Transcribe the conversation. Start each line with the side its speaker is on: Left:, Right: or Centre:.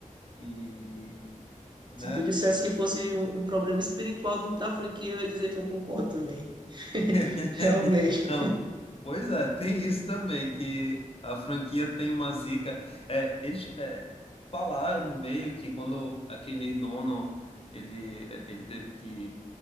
Left: E, né?
Right: Se tu dissesse que fosse um, um problema espiritual do- da franquia, eu ia dizer que eu concordo também. <laughs>
Left: <laughs>
Right: Realmente.
Left: Não, pois é, tem isso também, que a franquia tem uma zica. É, eles é, falaram no meio que quando aquele dono ele, ele teve que,